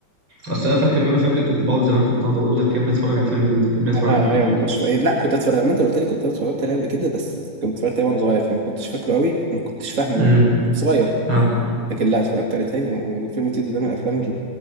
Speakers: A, on the right (about 85°); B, on the right (about 40°).
A: اصل انا فاكر ان انا فاكر كنت بقعد زمان كنت اقعد اقول لك يا ابني اتفرج على فيلم تيتو يا ابني
B: ما
A: اتفرج
B: انا
A: على فيلم
B: ايوه
A: تيتو
B: ما كنتش في أي... لا كنت اتفرج ما انت قلت لي كنت اتفرجت عليه قبل كده بس كنت اتفرجت عليه وانا صغير فما كنتش فاكره قوي ما كنتش فاهمه
A: امم
B: يعني. كنت صغير
A: اه
B: لكن لا اتفرجت عليه تاني يعني فيلم تيتو ده من الافلام